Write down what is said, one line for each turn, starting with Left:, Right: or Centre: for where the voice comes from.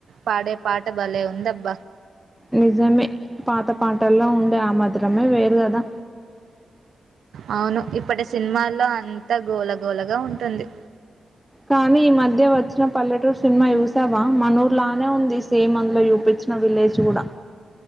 Right: పాడే పాట భలే ఉందబ్బ
Centre: నిజమే పాత పాటల్లో ఉండే ఆ మధురమే వేరు కదా
Right: అవును ఇప్పటి సినిమాల్లో అంత గోలగోలగా ఉంటుంది
Centre: కానీ ఈ మధ్య వచ్చిన పల్లెటూర్ సినిమా చూసావా మనూర్లానే ఉంది సేమ్ అందులో చూపించిన విలేజ్ కూడా